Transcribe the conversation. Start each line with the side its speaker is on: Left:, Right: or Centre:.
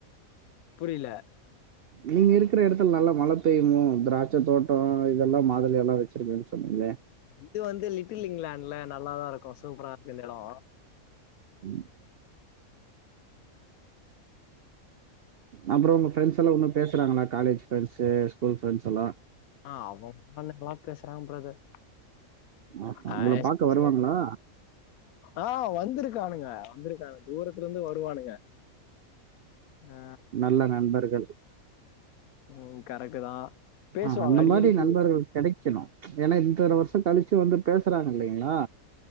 Left: புரில
Right: நீங்க இருக்கிற எடத்துல நல்லா மழ பெய்யுமோ திராட்ச தோட்டோ இதெல்லா மாதுள எல்லா வச்சிருக்கேன் சொன்னீங்கே
Left: இது வந்து லிட்டில் இங்லாண்ட்ல நல்லாதா இருக்கூ சூப்பரா இருக்கூ இந்த எடோ
Right: ம் அப்றோ உங்க ஃப்ரெண்ட்ஸ்லா பேசுறாங்களா காலேஜ் ஃப்ரெண்ட்ஸ் ஸ்கூல் ஃப்ரெண்ட்ஸ் எல்லா
Left: ஆ அவம் <unintelligible> பேசுறா ப்ரதர்
Right: ஆஹா
Left: ஆ
Right: உங்கள
Left: எஸ்பெஷலா
Right: பாக்க வருவாங்களா
Left: ஆ வந்திருக்கானுங்க வந்திருக்கானுங்க தூரத்துலேந்து வருவானுங்க ஆ
Right: ல்ல நண்பர்கள்
Left: ம் கரெட்டு தா பேசுவாங்க
Right: ஆ அந்த
Left: அடிக்கடிக்கு
Right: மாரி நண்பர்கள் கெடைக் க்கிணூ ஏனா இத்தன வருஷோ கழிச்சு வந்து பேசுறாங்க இல்லைங்ளா